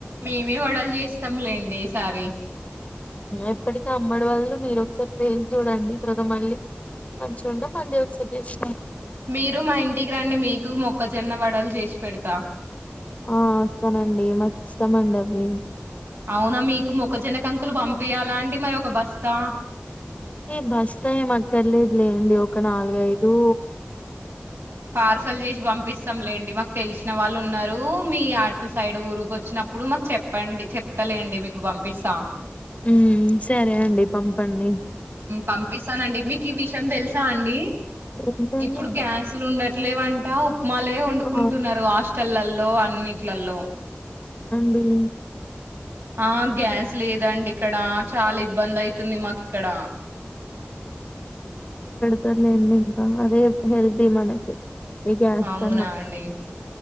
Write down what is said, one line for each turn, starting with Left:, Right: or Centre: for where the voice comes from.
Right: మేమే వడలు చేస్తాంలేండి ఈసారి
Left: ఎప్పటికీ అమ్మడి వాళ్ళు మీరు ఒకసారి ట్రేసి చూడండి కవాత మళ్ళీ మంచిగాంటే మళ్ళీ ఒకసారి చేసు
Right: మీరు మా ఇంటికి రండి మీకు మొ క్కజొన్న వడలు చేసి పెడతా
Left: ఆహ్ వస్తానండి మాకు ఇష్టమండి అవి
Right: అవునా మీకు మొక్కజొన్నకంకులు పంపి యాల అండి మరి ఒక బస్తా.
Left: ఏ బస్తా ఏం అక్కర్లేదు లేండి ఒక నాలుగైదూ
Right: పార్సల్ జేసి పంపిస్తాంలేండి మాకు తెలిసిన వాళ్ళు ఉ న్నారు మీ అటు సైడు ఊరు కొచ్చినప్పుడు మాకు చెప్పండి చెప్తలేండి మీకు పంపిస్తా.
Left: మ్మ్ సరే అండి పంపండి
Right: పంపిస్తానండి మీకు ఈ విషయం తెలుసా అండి
Left: ఏంటండి
Right: ఇప్పుడు గ్యాసులు ఉండట్లేవంట మలే వండుకుంటున్నారు
Left: ఆ
Right: హాస్టల్ ల్లల్ లో అన్నిట్లలో
Left: బిన్
Right: ఆహ్ గ్యాస్ లేదండి ఇక్కడ చాలా ఇబ్బంది అయితుంది మాకి ఇక్కడ
Left: సర్లేండి ఇంకా రేప్ హెల్తీ మనకి ఈ గ్యాస్
Right: అవునా
Left: కన్నా
Right: అండి